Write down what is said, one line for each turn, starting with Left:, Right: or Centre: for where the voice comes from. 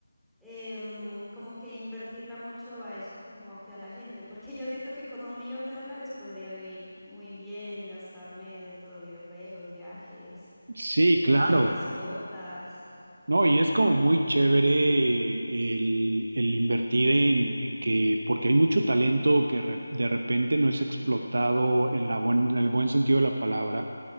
Centre: em, como que invertirla mucho a eso, como que a la gente, porque yo siento que con un millón de dólares podría vivir muy bien, gastarme de todo, videojuegos, viajes,
Right: Sí,
Centre: eh,
Right: claro.
Centre: mascotas,
Right: No, y es como muy chévere el, el invertir en, en que, porque hay mucho talento que re- de repente no es explotado en la buen- en el buen sentido de la palabra.